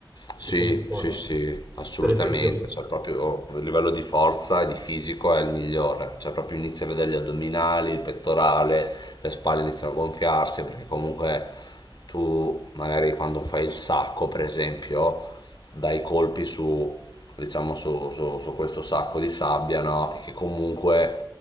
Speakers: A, on the left; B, on the right.
A: Sì,
B: Come sport.
A: sì, sì, assolutamente,
B: Per esempio.
A: cioè proprio a livello di forza e di fisico è il migliore, cioè proprio inizi a vedere gli addominali, il pettorale, le spalle iniziano a gonfiarsi perché comunque tu magari quando fai il sacco, per esempio, dai colpi su, diciamo, su, su- su questo sacco di sabbia, no? E che comunque